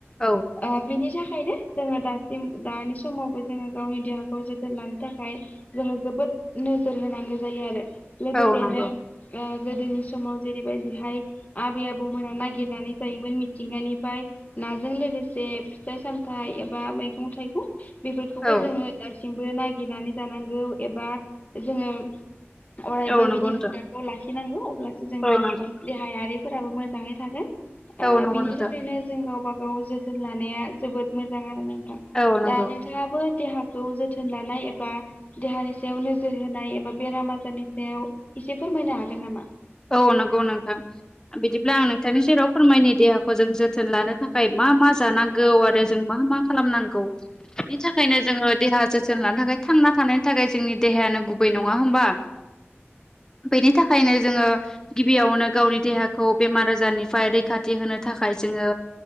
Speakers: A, on the left (about 15°); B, on the left (about 35°).
A: औ
B: ओ बेनि था खायनो जोङो दासिम दानि समावबो जोङो गावनि देहाखौ जोथोन लानो थाखाय जोङो जोबोद नोजोर होनांगौ जायो आरो लोगोसेनो
A: औ नंगौ
B: ओ गोदोनि समाव जेरैबाय बेहाय आबै आबौमोना नागिरनानै जायोमोन मिथिंगानिफ्राय नाजों लोगोसे फिथाइ सामथाइ एबा मैगं थाइगं। बेफोरखौबो
A: औ
B: जोङो दासिमबो नागिरनानै जानांगौ एबा जोङो अरायबो
A: औ नंगौ
B: बिदि
A: नोंथां
B: हुदाखौ लाखिनांगौ अब्लासो जोंनि
A: औ नंगौ
B: गायारिफोराबो मोजाङै थागोन ओ
A: औ नंगौ
B: बिनि
A: नोंथां
B: थाखायनो जों गाव गावबा गाव जोथोन लानाया जोबोद मोजां आरो नोंथां।
A: औ नंगौ
B: दा नोंथाङाबो देहाखौ जोथोन लानाय एबा देहानि सायाव नोजोर होनाय एबा बेराम आजारनि सायाव एसे फोरमायनो हागोन नामा?
A: औ नंगौ नोंथां बिदिब्ला आं नोंथांनि सेराव फोरमायनि देहाखौ जों जोथोन लानो थाखाय मा मा जानांगौ आरो जों मा मा खालामनांगौ? बिनि थाखायनो जोङो देहा जोथोन लानो थाखाय थांना थानायनि थाखाय जोंनि देहायानो गुबै नङा होमबा? बेनि थाखायनो जोङो गिबियावनो गावनि देहाखौ बेमार आजारनिफ्राय रैखाथि होनो थाखाय जोङो